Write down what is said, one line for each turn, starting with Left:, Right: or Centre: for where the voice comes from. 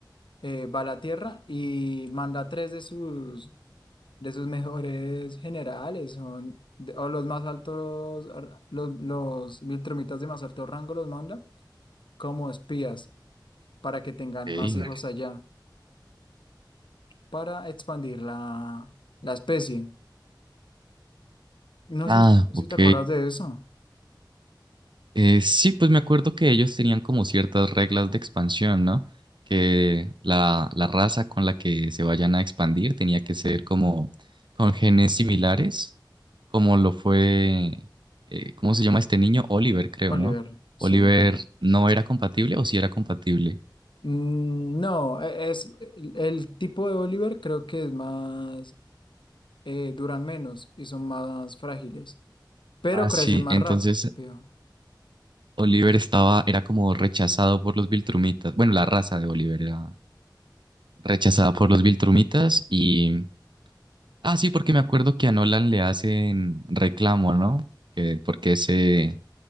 Left: eh, va a la Tierra y manda tres de sus, de sus mejores generales, son, de- o los más altos, ar- los, los Viltrumitas de más alto rango los manda como espías para que tengan
Right: Ok.
Left: más hijos allá. para expandir la, la especie. No
Right: Ah,
Left: sé si, si
Right: ok.
Left: te acuerdas de eso,
Right: Eh, sí, pues me acuerdo que ellos tenían como ciertas reglas de expansión, ¿no? Que la, la raza con la que se vayan a expandir tenía que ser como con genes similares, como lo fue, eh, ¿cómo se llama este niño? Oliver, creo,
Left: Oliver.
Right: ¿no?
Left: Sí.
Right: Oliver no era compatible o sí era compatible.
Left: Mm, No, e- es el, el tipo de Oliver creo que es más, eh, duran menos y son más frágiles, pero
Right: Ah,
Left: crecen
Right: sí,
Left: más
Right: entonces
Left: rápido,
Right: Oliver estaba, era como rechazado por los Viltrumitas. Bueno, la raza de Oliver era. rechazada por los Viltrumitas y... Ah, sí, porque me acuerdo que a Nolan le hacen reclamo, ¿no? Que porque se